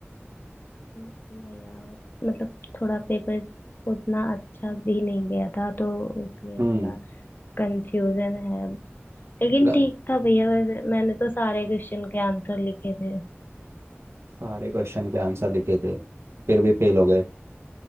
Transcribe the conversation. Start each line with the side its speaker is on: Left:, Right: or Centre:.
Left: भैया वो मतलब थोड़ा पेपर उतना अच्छा भी नहीं गया था तो इसलिए
Right: हम्म
Left: थोड़ा कंफ्यूजन है लेकिन
Right: ग-
Left: ठीक था भैया वैसे मैंने तो सारे क्वेश्चन के आंसर लिखे थे
Right: सारे क्वेश्चन के आंसर लिखे थे फिर भी फेल हो गए